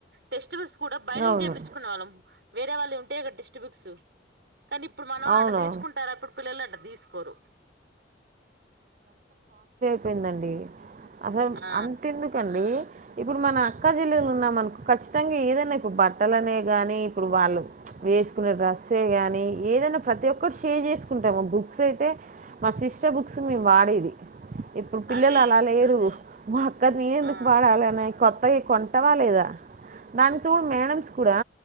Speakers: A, on the right; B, on the right.
A: టెస్ట్ బుస్ కూడా బైండింగ్
B: అవును
A: చేపిచ్చుకునే వాళ్ళం వేరేవాళ్ళవి ఉంటే కదా టెస్ట్ బుక్స్ కానీ ఇప్పుడు మన వాళ్ళు
B: అవును
A: అ తీసుకుంటారా ఇ ప్పుడు పిల్లలు అట తీసుకు పోరు
B: ఇపేయిందండి అసలు
A: ఆ
B: అంతెందుకండి ఇప్పుడు మన అక్కా చెల్లెళ్లు ఉన్నాం అనుకో ఖచ్చితంగా ఏదైన్నా ఇప్పుడు బట్టలనే కానీ ఇప్పుడు వాళ్ళు వేసుకునే డ్రస్సే కానీ ఏదైనా ప్రతి ఒక్కరు షేర్ చేసుకుంట తమ బుక్స్ అయితే మా సిస్ట్ బు క్స్ మేము వాడేది ఇప్పుడు పిల్లలు
A: అదే
B: అలా లేరు మా అక్కది నేను ఎందుకు
A: ఆ
B: వాడాలిని కొత్త అత్తయ్య కొంటవ లేదా దాని మేడమ్స్
A: ఓకే
B: కూడా